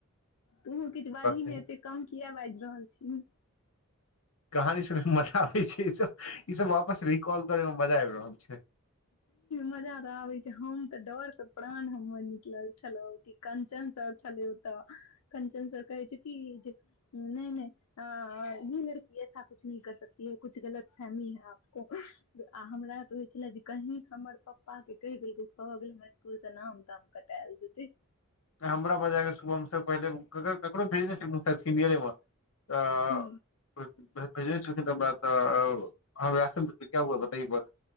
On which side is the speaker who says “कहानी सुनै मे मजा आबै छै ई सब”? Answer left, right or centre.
Left